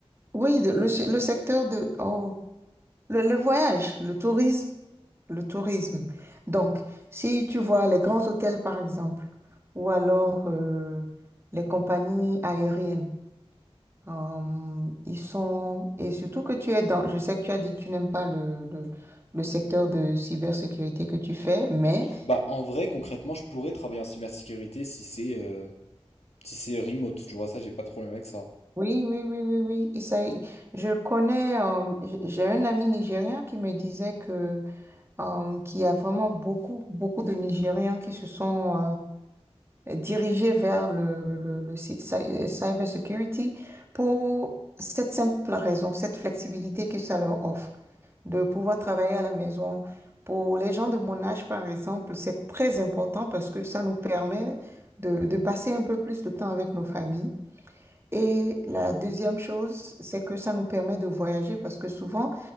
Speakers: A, on the right (about 25°); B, on the left (about 85°).
A: Oui, de- le, le secteur de... Oh, le, le voyage, le tourisme. Le tourisme. Donc, si tu vois les grands hôtels, par exemple, ou alors euh, les compagnies aériennes, euh, ils sont... Et surtout que tu es dans... Je sais que tu as dit que tu n'aimes pas le, le, le secteur de cybersécurité que tu fais, mais
B: Bah, en vrai, concrètement, je pourrais travailler en cybersécurité si c'est euh, si c'est remote, tu vois, ça, j'ai pas de problème avec ça.
A: oui, oui, oui, oui, oui. il s'a- Je connais... euh, j- j'ai un ami nigérien qui me disait que euh, qu'il y a vraiment beaucoup, beaucoup de Nigériens qui se sont... euh, euh, dirigé vers le, le, le cy- cy- euh, cyber security pour cette simple raison, cette flexibilité que ça leur offre, de pouvoir travailler à la maison. Pour les gens de mon âge, par exemple, c'est très important parce que ça nous permet de, de passer un peu plus de temps avec nos familles. Et la deuxième chose, c'est que ça nous permet de voyager parce que souvent,